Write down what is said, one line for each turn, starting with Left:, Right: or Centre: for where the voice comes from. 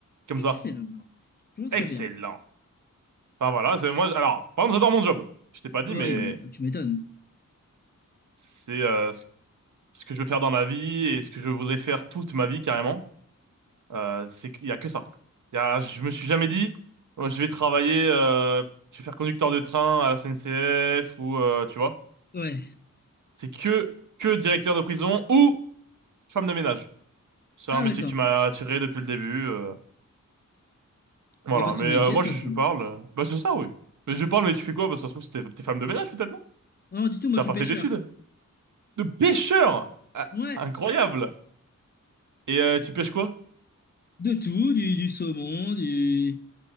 Right: Comme
Left: Excellent.
Right: ça.
Left: Je vois
Right: Excellent.
Left: très bien.
Right: Enfin voilà, c'est moi. Alors, par contre, j'adore mon job. Je t'ai pas dit,
Left: Ah bah
Right: mais
Left: oui, bah, tu m'étonnes.
Right: c'est euh, ce ce que je veux faire dans ma vie et ce que je voudrais faire toute ma vie carrément. Euh, c'est qu'il y a que ça. Il y a, je me suis jamais dit, oh, je vais travailler, euh, je vais faire conducteur de train à la SNCF ou euh, tu vois.
Left: Ouais.
Right: C'est que que directeur de prison ou femme de ménage. C'est
Left: Ah
Right: un métier
Left: d'accord.
Right: qui m'a attiré depuis le début. euh, voilà,
Left: Il n'y a pas de
Right: mais
Left: sous-métier
Right: euh, moi
Left: de toute
Right: je,
Left: façon.
Right: je parle. euh, Bah c'est ça, oui. Mais je parle, mais tu fais quoi? Bah ça se trouve, c'était- t'es femme de ménage peut-être, non?
Left: Non, du tout, moi
Right: T'as
Left: je suis
Right: pas
Left: pêcheur.
Right: fait d'études? De pêcheur! Ah,
Left: Ouais.
Right: incroyable! Et euh, tu pêches quoi?
Left: De tout, du, du saumon, du,